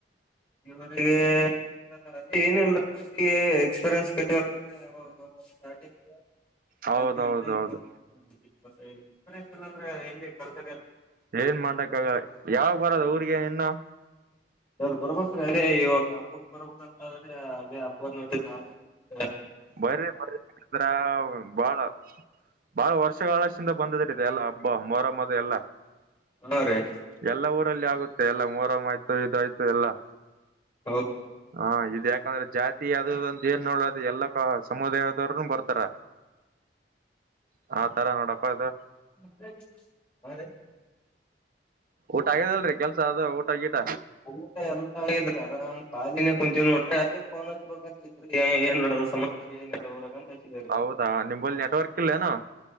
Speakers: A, on the left; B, on the right.
A: ಇ <unintelligible> ವಿಗೆ ಅದೇ ಏನಲ್ರಟ್ಟಿಗೆ ಎಕ್ಸ್ಪೀರಿಯನ್ಸ್, ಇರಬೇಕಂತೆ <unintelligible> ಸ್ಟಾರ್ಟಿಂಗ್
B: ಹೌದೌದೌದು
A: ಹದಿನಂಟ ಇಪ್ಪ ಇಲ್ಲ ಅಂದ್ರೆ ಎಲ್ಲಿ ಕರ್ಸದೇ
B: ಏನ್ ಮಾಡಕ್ಕಾಗ ಯಾವ ಬರದು ಊಿಗೆ ಇನ್ನು
A: ಅವ ಬರ್ಬ್ರೀ ಅದೇ ಇವಾಗ ಹಬ್ಬಕ್ ಬರ್ಬಂತ್ರೆ ಅದೇ ಹಬ್ಬದ <unintelligible> ನೋಡ
B: ಬರ್ರಿ ಬರ್ರ <unintelligible> ಬಾಳ ಬಾಳ ವರ್ಷ ಹಳಷ್ಟಿಂದ ಬಂದಿದ್ರ ಇದೆ ಎಲ್ಲಾ ಹಬ್ಬ ಮೊರ ಮರಿ ಎಲ್ಲ <inaudible>
A: ಹಾ ರೀ
B: ಎಲ್ಲ ಊರಲ್ಲಿ ಆಗುತ್ತೆ ಎಲ್ಲ ಮೋರಂ್ ಆಯ್ತು ಇದ ಆಯ್ತು ಎಲ್ಲಾ
A: ಹೌದು
B: ಹ ಇದ್ ಯಾಕಂದ್ರೆ ಜಾತಿ ಅದುದ ಒಂದು ಏನ್ ನೋಡೋದು ಎಲ್ಲ ಅ ಸಮುದಾಯದವರುನು ಬರ್ತಾರ <inaudible> ಆ ತರ ನೋಡಪ್ಪ ಅದು
A: <inaudible> ಅದೆ
B: ಊಟ ಆಗ್ಯದಲ್ರರಿ ಕೆಲ್ಸ ಅದು ಊಟ ಗೀಟ
A: ಊಟ ಎಲ್ಲ ಇದ್ರ ಅರ್ ಖಾಲಿನೇ ಕುಂತೀವಿ ನೋಡ್ರಿ ಅದೇ ಫೋನ್ ಹಚ್ಬೇಕಂತಿದ್ರರಿ ಏನ್ ನಡದ ಸಮಾಜ ಸರ್ ಏನಿಲ್ಲಾ ಊರಾಗ ಹಚ್ಚಿದೇರಿ
B: ಹೌದಾ ನಿಮಲ್ಲಿ ನೆಟ್ವರ್ಕ್ ಇಲ್ಲೇನು